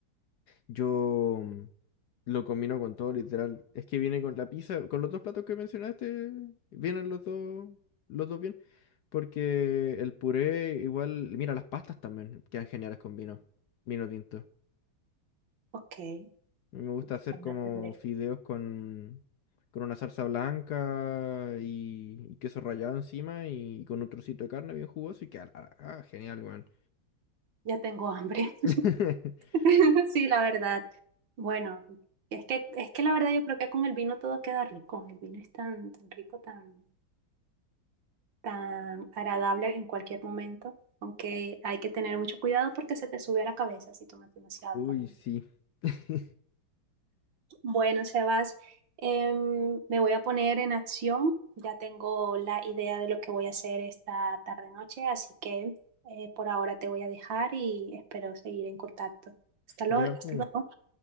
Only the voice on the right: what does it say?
Ok,
bueno,
tendré.
Ya tengo hambre.
<laughs> Sí, la verdad. Bueno, es que, es que la verdad yo creo que con el vino todo queda rico. El vino es tan, tan rico, tan... tan agradable en cualquier momento, aunque hay que tener mucho cuidado porque se te sube a la cabeza si tomas demasiado
también.
Bueno, Sebas, eh, me voy a poner en acción. Ya tengo la idea de lo que voy a hacer esta tarde-noche, así que eh, por ahora te voy a dejar y espero seguir en contacto. Hasta luego.
Hasta
luego.